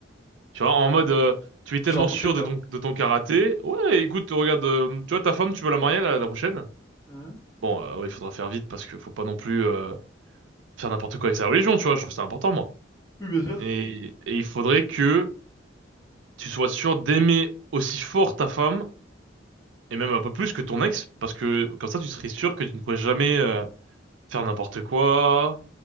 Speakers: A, on the right; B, on the left.
A: Tu vois, en mode, euh, tu es tellement
B: j'ai rencontré
A: sûr
B: quelqu'un.
A: de ton de ton karaté. Ouais, écoute, regarde, euh, tu vois ta femme, tu veux la marier la, la prochaine?
B: Hein
A: Bon, euh, ouais, il faudra faire vite parce que faut pas non plus euh, faire n'importe quoi avec sa religion. Tu vois, je trouve ça important, moi.
B: Oui, bien sûr.
A: Et, et il faudrait que tu sois sûr d'aimer aussi fort ta femme, et même un peu plus que ton ex, parce que comme ça tu serais sûr que tu ne pourrais jamais euh, faire n'importe quoi.